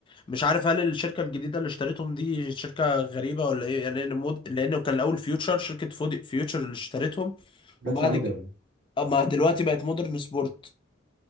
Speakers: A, on the left (about 25°); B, on the right (about 50°).
A: مش عارف هل الشركه الجديده اللي اشتريتهم دي شركه غريبه ولا ايه يعني لأن مود... لانه كان الاول فيوتشر شركه فودي... فيوتشر اللي اشتريتهم
B: دلوقتي
A: وبعد
B: اسمها مودرن
A: كده ما دلوقتي بقت مودرن سبورت